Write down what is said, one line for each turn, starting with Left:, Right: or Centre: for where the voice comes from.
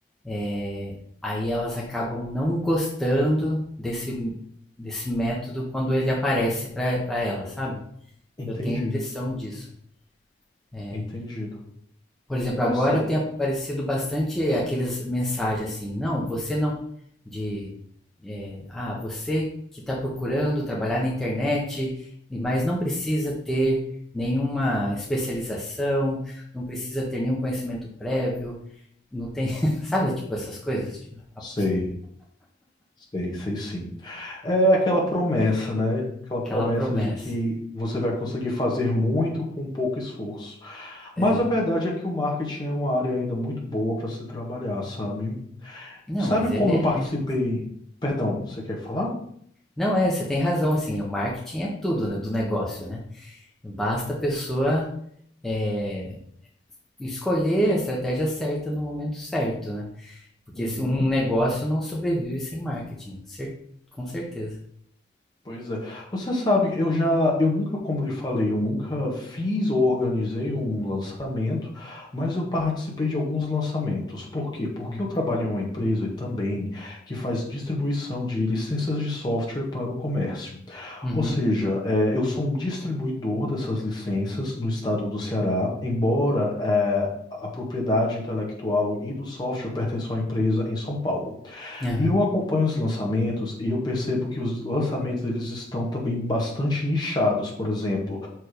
Centre: eh, aí elas acabam não gostando desse, desse método quando ele aparece para para elas, sabe?
Left: entendi,
Centre: Eu tenho a impressão disso. É,
Left: entendi.
Centre: Por exemplo,
Left: Pois
Centre: agora
Left: é,
Centre: tem aparecido bastante aquelas mensagens assim, não, você não, de, é, ah, você que está procurando trabalhar na internet, mas não precisa ter nenhuma especialização, não precisa ter nenhum conhecimento prévio, não tem, <laughs> sabe, tipo essas coisas, tipo, a-
Left: sei. Sei, sei sim. É aquela promessa, né? Aquela promessa
Centre: aquela promessa.
Left: de que você vai conseguir fazer muito com pouco esforço.
Centre: É.
Left: Mas a verdade é que o marketing é uma área ainda muito boa para se trabalhar, sabe?
Centre: Não,
Left: Sabe
Centre: mas
Left: como
Centre: ele é,
Left: eu participei? Perdão, você quer falar?
Centre: não é, você tem razão, assim, o marketing é tudo, né, do negócio, né? Basta a pessoa eh, escolher a estratégia certa no momento certo, né? Porque
Left: Uhum.
Centre: se- um negócio não sobrevive sem marketing, cer- com certeza.
Left: Pois é. Você sabe, eu já, eu nunca, como lhe falei, eu nunca fiz ou organizei um lançamento, mas eu participei de alguns lançamentos. Por quê? Porque
Centre: Hum.
Left: eu trabalho em uma empresa também que faz distribuição de licenças de software para o comércio.
Centre: Uhum.
Left: Ou seja, eh, eu sou um distribuidor dessas licenças no estado do Ceará, embora eh, a propriedade intelectual e do software pertençam à empresa em São Paulo.
Centre: Aham.
Left: E eu acompanho os lançamentos e eu percebo que os lançamentos eles estão também bastante nichados. Por exemplo,